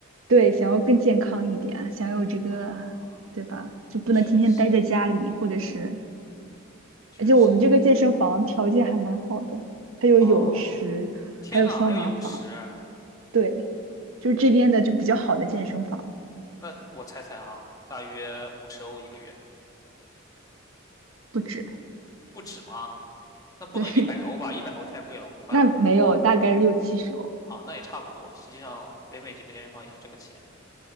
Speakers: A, on the right; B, on the left.
A: 对，想要更健康一点，想要这个，
B: 啊，
A: 对吧？就不能天天待在家里，
B: 确实
A: 或者是。
B: 确实。
A: 而且我们这个健身房条件还蛮好的，它有泳池，
B: 哦，天呐，
A: 还有桑拿房，
B: 还有泳池？
A: 对，就是这边的就比较好的健身房，
B: 那我猜猜哈，大约五十欧一个月，
A: 不止，
B: 不止吗？那不能一百欧吧？
A: 对，<laughs>
B: 一百欧太贵了，我不办了。
A: 那没有，大概六七十欧，
B: 啊，那也差不多。实际上，北美这边健身房也是这个钱，